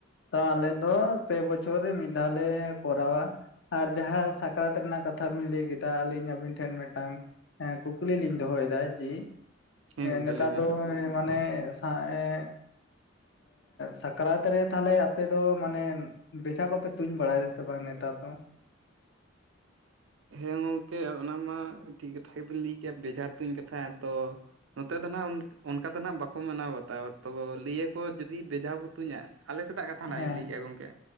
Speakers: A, on the left (about 65°); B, on the right (about 85°).
A: ᱛᱚ ᱟᱞᱮ ᱫᱚ ᱯᱮ ᱵᱚᱪᱷᱚᱨ ᱨᱮ ᱢᱤᱫ ᱫᱷᱟᱣ ᱞᱮ ᱠᱚᱨᱟᱣᱟ᱾ ᱟᱨ ᱡᱟᱦᱟᱸ ᱥᱟᱠᱨᱟᱛ ᱨᱮᱱᱟᱜ ᱠᱟᱛᱷᱟ ᱵᱤᱱ ᱞᱟᱹᱭ ᱠᱮᱫᱟ ᱟᱹᱞᱤᱧ ᱟᱵᱤᱱ ᱴᱷᱮᱱ ᱢᱤᱫᱴᱟᱝ, ᱦᱮᱸ ᱠᱩᱠᱞᱤ ᱞᱤᱧ ᱫᱚᱦᱚᱭᱮᱫᱟ ᱡᱮ
B: ᱦᱮᱸ ᱜᱚᱝᱠᱮ
A: ᱱᱮᱛᱟᱨ
B: ᱞᱟᱹᱭ ᱵᱤᱱ
A: ᱫᱚ ᱢᱟᱱᱮᱼᱼ ᱦᱟ ᱮᱸ ᱥᱟᱠᱨᱟᱛ ᱨᱮ ᱛᱟᱦᱚᱞᱮ ᱟᱯᱮ ᱫᱚ ᱢᱟᱱᱮ ᱵᱮᱡᱷᱟ ᱠᱚᱯᱮᱼᱼ ᱛᱩᱧ ᱵᱟᱲᱟᱭᱮᱫᱟ ᱥᱮ ᱵᱟᱝ ᱱᱮᱛᱟᱨ ᱫᱚ?
B: ᱦᱮᱸ ᱜᱚᱝᱠᱮ ᱚᱱᱟ ᱢᱟ ᱴᱷᱤᱠ ᱠᱟᱛᱷᱟ ᱜᱮᱵᱮᱱ ᱞᱟᱹᱭ ᱠᱮᱭᱟ ᱵᱮᱡᱟᱨ ᱛᱩᱧ ᱠᱟᱼᱼ ᱛᱟᱦᱮᱸᱫ ᱛᱚ ᱱᱚᱛᱮ ᱫᱚ ᱱᱟᱱᱟᱜ ᱚᱱᱠᱟ ᱫᱚ ᱢᱟᱱᱟᱜ ᱵᱟᱠᱟᱲᱲ ᱢᱟᱱᱟᱣ ᱵᱟᱛᱟᱣᱟ ᱛᱚ ᱞᱤᱭᱟᱹ ᱠᱚ, ᱠᱚ ᱡᱩᱫᱤ ᱵᱷᱮᱡᱟ ᱵᱚ ᱛᱩᱧᱟ ᱟᱞᱮ ᱥᱮᱫᱟᱜ ᱠᱟᱛᱷᱟ ᱱᱟᱦᱟᱜ
A: ᱦᱮᱸ
B: ᱤᱧ ᱞᱟᱹᱭᱮᱜᱼᱟ ᱜᱚᱝᱠᱮ,